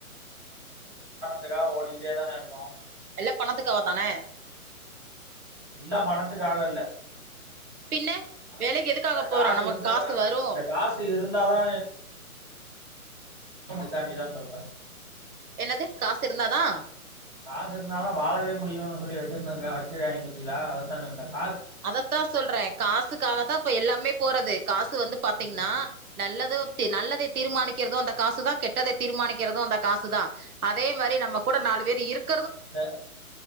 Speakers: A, on the right; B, on the right.
A: துக்காக ஓடிகிட்டே தான இருக்கோ
B: எல்லா பணத்துக்காக தான
A: எல்லா பணத்துக்காக இல்ல
B: பின்ன
A: அ
B: வேலைக்கு எதுக்காக
A: அ
B: போறோ
A: காசு
B: நமக்கு
A: இருந்தாதா
B: காசு வரு
A: இந்த காசு இருந்தாதா அதுக்காண்டி தா சொல்ற
B: என்னது காசு இருந்தாதா
A: காசிருந்தாதா வாழவே முடியுன் சொல்லி வச்சிருந்தது வச்சிருக்காக பாத்திங்லா அதத்தா சொன்ன நானு
B: அதத்தா சொல்றே காசுக்காகத்தா ப்ப எல்லாமே போறது காசு வந்து பாத்திங்னா
A: ம்
B: நல்லதோ நல்லதை தீர்மானிக்கிறது அந்த காசு தா கெட்டதை தீர்மானிக்கிறது அந்த காசு தா அதே மாரி நம்ம கூட நா வேறு இருக்
A: த